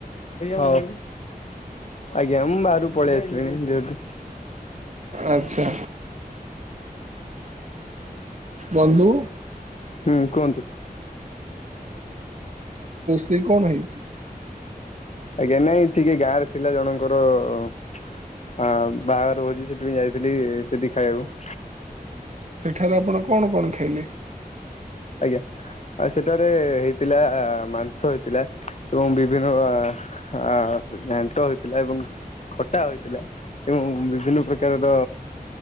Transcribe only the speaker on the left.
ହୋଉ। ଆଜ୍ଞା ମୁ ବାହାରୁକୁ ପଳେଇ ଆସିଲିଣି। ଯେହେତୁ
ହୁଁ କୁହନ୍ତୁ।
ଆଜ୍ଞା ନାଇଁ ଟିକେ ଗାଁରେ ଥିଲା ଜଣଙ୍କର ହଁ ବାହାଘର ଭୋଜି ସେଥିପାଇଁ ଯାଇଥିଲି ସେଠି ଖାଇବାକୁ।
ଆଜ୍ଞା। ଆ ସେଠାରେ ହେଇଥିଲା ମାଂସ ହେଇଥିଲା ଏବଂ ବିଭିନ୍ନ ଅ ଘାଣ୍ଟ ହୋଇଥିଲା ଏବଂ ଖଟା ହୋଇଥିଲା ଏବଂ ବିଭିନ୍ନ ପ୍ରକାରର